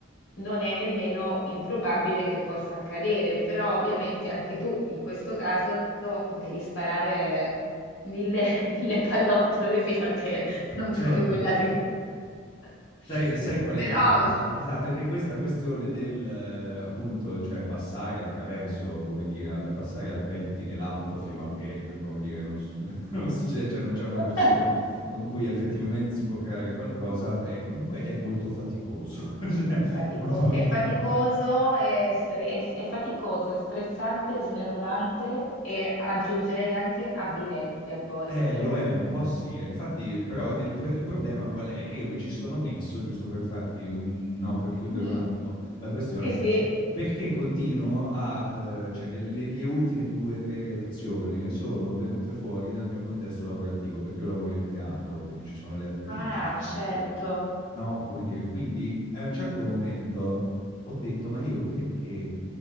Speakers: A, on the left (about 65°); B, on the left (about 25°).
A: non è nemmeno improbabile che possa accadere, però ovviamente anche tu in questo caso devi sparare mille, <laughs> mille pallottole fino a che non
B: certo,
A: trovi quella che... <laughs>
B: Sai, sai qual
A: Però...
B: è il punto? Esa- esatto, è che questa questione del, eh, appunto, cioè passare attraverso, come dire, a- a passare al pettine l'app fino a che, eh, come dire, non, s- <laughs> non succede, cioè non c'è
A: <laughs>
B: una persona con cui effettivamente si può creare qualcosa, beh, comunque è molto faticoso, <laughs> cioè, è
A: Fatico-
B: molto faticoso.
A: è faticoso, è, stre- è- è faticoso, è stressante, è snervante e aggiungerei anche avvilente a volte.
B: Eh, lo è, un po' sì. E Infatti, però, il, pro- il problema qual è? Che io mi ci sono messo, giusto per farti un... No, per chiudere
A: Mm,
B: un attimo la questione,
A: Sì, sì.
B: perché continuo a... eh, cioè, le, le mie ultime due o tre relazioni sono venute fuori dal mio contesto lavorativo, perché io lavoro in teatro, quindi ci sono le attrici,
A: Ah,
B: ci sono
A: certo.
B: le registe.
A: <laughs>
B: No, come dire, quindi a un certo momento ho detto, ma io perché